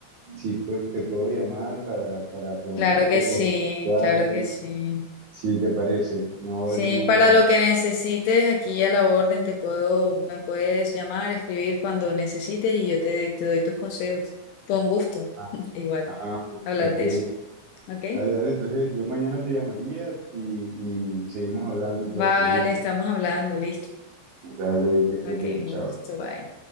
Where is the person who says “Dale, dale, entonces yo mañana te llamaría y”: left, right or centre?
Right